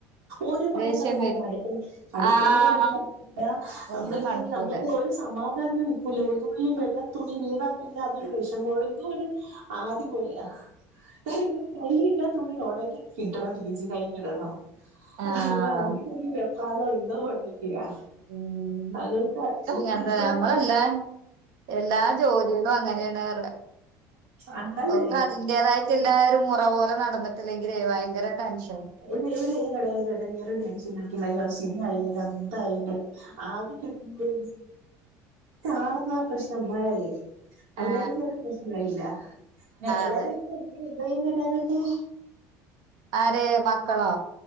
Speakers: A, on the right; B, on the right.
A: ഒരു പണിം
B: ദേഷ്യം
A: നടക്കൂലന്ന്
B: വരും
A: അടുക്കള അടുക്കളേലെ
B: ആഹ്
A: പണിം നടക്കൂല്ല
B: ഒന്നും
A: ആ ന്നും
B: നടക്കൂല
A: നമുക്ക് ഒരു സമാധാനത്തിന് നിക്കൂല ഒരു തുള്ളി വെള്ളം തുണീൽ വീണാ പിന്നെ അതൊരു വെഷമാ എന്തോ ഒരു ആദി പോലെയാ ഞാനിങ്ങനെ കൈയിലിട്ടാ തുണി ഒണങ്ങി കിട്ടണം തിരിച്ചു കൈ കിടണം
B: ആഹ്
A: അല്ല <unintelligible> വെപ്പാണോ എന്തോ പോലൊക്കെയാ
B: ഉം
A: അത്
B: അങ്ങനത്തെ
A: ഇപ്പം ഇപ്പണ്ട
B: നമ്മളെല്ലാ
A: <unintelligible>
B: എല്ലാ ജോലികളും അങ്ങനെയാണു
A: അതാണ്
B: <unintelligible> ഒപ്പം അതിന്റേതായിട്ടൊളള ആ ഒരു ഇറ പോലെ നടന്നിട്ടില്ലെങ്കിൽേ ഭയങ്കര ടെൻഷൻ
A: ട ഇ റ ഡാൻസ്ക്കുന്ന ഞ സിനി ആയില്ലേ ഞാൻ ഇന്തായില്ലേ ആദ്യം കിട്ട സാർന്നാ പ്രശ്നം മഴായി അല്ലെങ്കും
B: ആ
A: ഒരു പ്രശ്നയില്ല പി എല്ലാവരും
B: അതെ
A: ഒക്കെ എ നൈയില എല്ലാരൊക്കും
B: ആര മക്കളാ